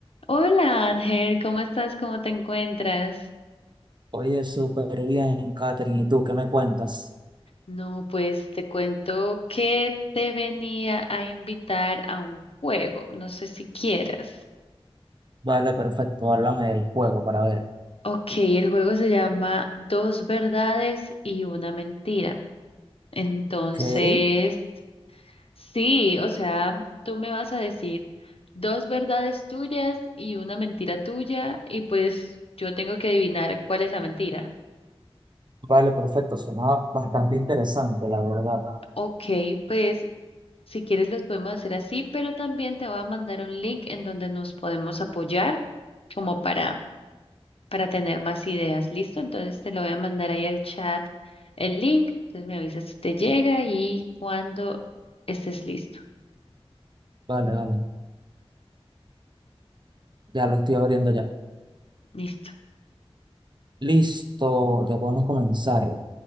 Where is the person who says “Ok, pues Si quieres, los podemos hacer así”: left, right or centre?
Left